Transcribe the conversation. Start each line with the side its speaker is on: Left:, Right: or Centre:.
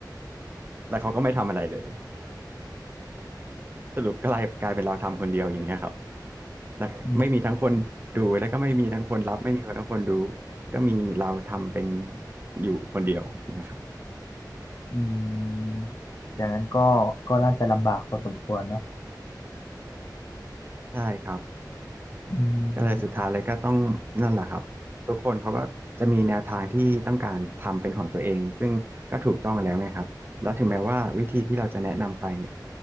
Right: แล้วเขาก็ไม่ทำอะไรเลยสรุปก็กลายกลายเป็นเราทำคนเดียวอย่างเงี้ยครับแล้วไม่มีทั้งคนดูแล้วก็ไม่มีทั้งคนรับไม่มีคนทั้งคนรู้
Left: ม
Right: ก็มีเราทำเป็นอยู่คนเดียวนะครับ
Left: อืมอย่างนั้นก็ก็น่าจะลำบากพอสมควรเนาะ
Right: ใช่ครับ
Left: อื
Right: ก็เลยสุดท้ายเลยก็ต้องนั่นแหละครับทุกคนเขาก็จะมีแนวทางที่ต้องการทำเป็นของตัวเองซึ่งก็ถูกต้องแล้วไงครับแล้วถึงแม้ว่าวิธีที่เราจะแนะนำไปเนี่ย
Left: ม